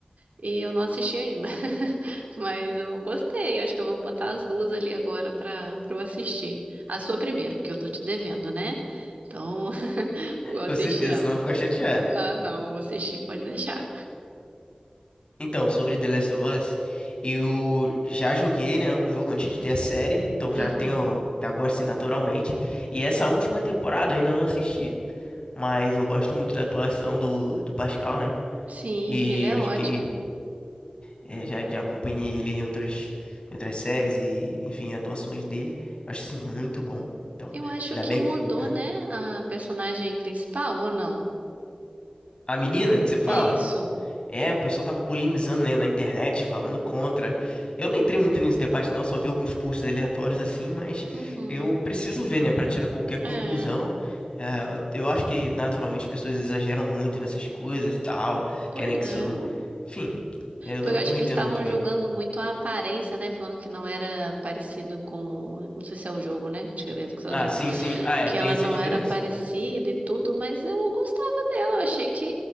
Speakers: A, on the right (about 80°); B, on the left (about 40°).
A: e eu não assisti ainda. <laughs> Mas eu gostei, acho que eu vou botar as duas ali agora pra, pra eu assistir. A sua primeiro, porque eu tô te devendo, né? Então, <laughs> vou assistir
B: Com certeza,
A: ela.
B: senão eu vou ficar chateado.
A: Ah, não, vou assistir, pode deixar.
B: Então, sobre The Last of Us, eu já joguei, né, o jogo antes de ter a série, então
A: Uhum.
B: já tenho, já gosto assim, naturalmente. E essa última temporada eu ainda não assisti, mas eu gosto muito da atuação do, do Pascal, né?
A: Sim,
B: E
A: ele é
B: acho
A: ótimo.
B: que ele eh, já, já acompanhei ele em outras, em outras séries e, enfim, atuações dele. Eu acho assim muito bom. Então,
A: Eu acho
B: ainda
A: que
B: bem.
A: mudou,
B: que- Hum.
A: né? A personagem principal, ou não?
B: A menina que você fala?
A: Isso.
B: É, o pessoal tava polemizando, né, na internet, falando contra. Eu não entrei muito nesse debate, não, só vi alguns posts aleatórios assim, mas
A: Uhum.
B: eu preciso ver, né, para tirar qualquer conclusão.
A: É,
B: É, eu eu acho que naturalmente as pessoas exageram muito nessas coisas e tal,
A: pois
B: querem que
A: é.
B: isso. Enfim, eu
A: Porque
B: eu não
A: eu acho
B: eu não
A: que
B: entendo
A: eles estavam
B: muito bem.
A: julgando muito a aparência, né? Falando que não era parecido com. Não sei se é o jogo, né? Acho que é que é
B: Ah,
A: o jogo.
B: sim, sim. Ah, é,
A: Que
B: tem
A: ela
B: essa
A: não
B: diferença.
A: era parecida e tudo, mas eu gostava dela. Eu achei que.